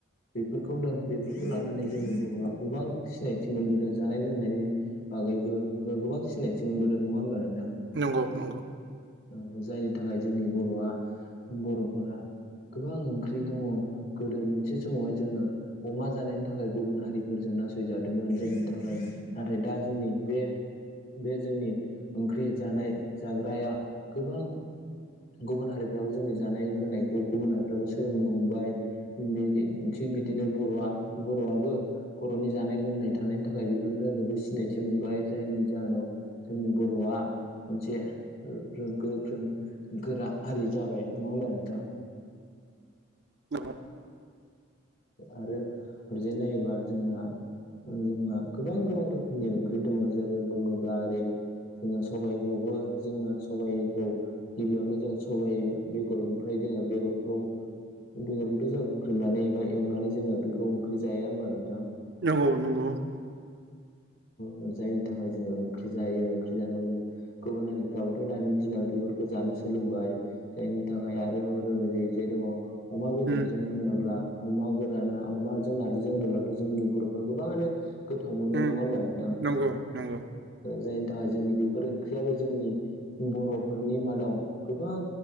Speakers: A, on the left; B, on the right.
A: बे फोरखौनो बेफोरखौ लानानै जोंनि बर'आ गोबां सिनायथि मोनबोदों जानाय लोंनायनि बागैबो गोबां सिनायथि मोनबोदों नङा होमबा नों
B: नंगौ नंगौ
A: औ जायनि थाखाय जोंनि बर'आ बर'फोरा गोबां ओंख्रि दङ गोदो मोनसे समावहाय जोङो अमा जानायनि थाखाय गुबुन हारिफोरजों नासयजादोंमोन जायनि थाखाय नाथाय दा जोंनि बे बे जोंनि ओंख्रि जानाय जाग्राया गोबां गुबुन हारिफ्राबो जोंनि जानाय लोंनायखौ गुबुन हारिफ्राबो सोलोंनो हमबाय बेनि बिदिनो' बर'आ बर'आबो बर'नि जानाय लोंनाय थानायनि थाखाय बेफोरनि थाखायबो सिनायथि मोन बाय जायनि जाहोनाव जोंनि बर'आ मोनसे ओ रों-गोख्रों गोरा हारि जाबाय नङा होमबा नोंथां?
B: <unintelligible>
A: आरो हरैजाय नायोबा जोंना जोंना गोबां गोबां रोख खोमनि ओंख्रि दङ जेरै बुङोब्ला ओरै जोङो सबाइखौबो जोङो सबाइखौ गिबियावनो जोङो सबाइ बेगरनिफ्राय जोङो बेगरखौ बेगरखौथ' जोङो हुख्रेमनानै एबा एवनानै जोङो बेखौ ओंख्रि जाया होमबा नोंथां?
B: नंगौ नंगौ।
A: जायनि थाखाय जोङो ओंख्रि जायो ओंख्रि जानानै जों गुबुन हारिफ्राबोथ' दानि दिनाव बेफोरखौ जानो सोलोंबाय। जायनि थाखाय आरो <unintelligible> जाय दङ अमा बेदरजों
B: उम
A: होनोब्ला अमा गोराना अमाजों नारजिजों होनोब्लाथ' जोंनि बर'फ्रा गोबाङानो गोथाव मोनो
B: उम
A: नङा होमबा? नोंथां
B: नंगौ नंगौ।
A: जायनि थाखाय जोंनि बेफोर ओंख्रियाबो जोंनि बर'फोरनि मादाव गोबां